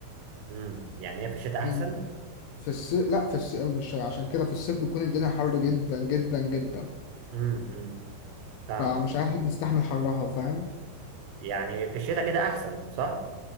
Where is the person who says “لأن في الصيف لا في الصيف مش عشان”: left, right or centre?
Left